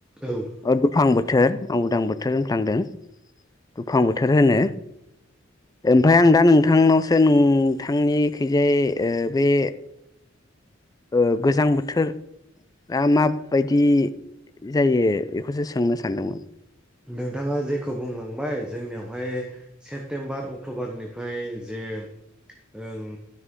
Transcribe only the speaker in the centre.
ओं
नोंथाङा जेखौ बुंलांबाय जोंनियावहाय सेप्तेम्बार अक्ट'बारनिफ्राय जे ओं